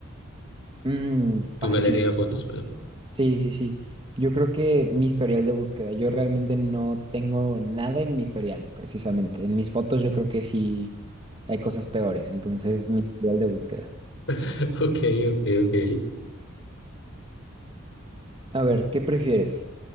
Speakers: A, on the right; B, on the left.
A: Mm,
B: Tu
A: fácil.
B: galería de fotos, perdón.
A: Sí, sí, sí. Yo creo que mi historial de búsqueda, yo realmente no tengo nada en mi historial, precisamente. En mis fotos yo creo que sí hay cosas peores, entonces mi historial de búsqueda.
B: <laughs> Ok, ok, ok.
A: A ver, ¿qué prefieres?